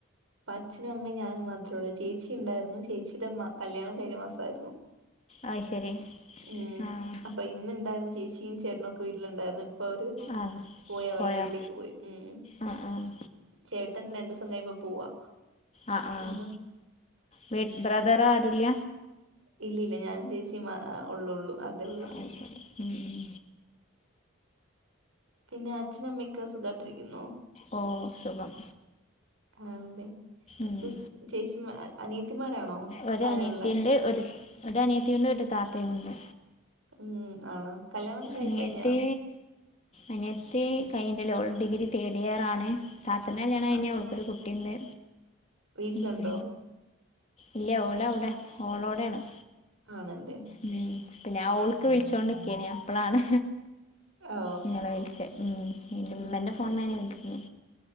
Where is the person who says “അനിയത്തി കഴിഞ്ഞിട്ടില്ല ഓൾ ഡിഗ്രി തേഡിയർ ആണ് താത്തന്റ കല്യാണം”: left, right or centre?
Left